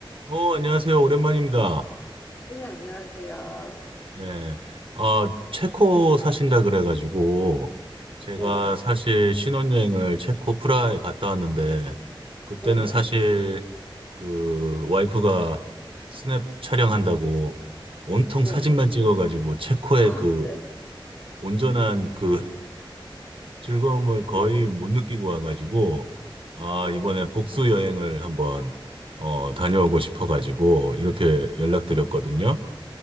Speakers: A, on the right (about 85°); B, on the left (about 25°).
A: 어, 안녕하세요. 오랜만입니다.
B: 네, 안녕하세요.
A: 네. 아, 체코 사신다 그래가지고, 제가
B: 네,
A: 사실 신혼여행을 체코 프라하에 갔다 왔는데, 그때는
B: 네네,
A: 사실 그 와이프가 스냅 촬영한다고 온통
B: 네.
A: 사진만 찍어가지고, 체코의
B: <gasps> 아,
A: 그
B: 네,
A: 온전한 그 <laughs> 즐거움을 거의
B: 네,
A: 못 느끼고 와가지고, 아,
B: 네.
A: 이번에 복수 여행을 한번, 어, 다녀오고 싶어가지고, 이렇게 연락드렸거든요.
B: 네.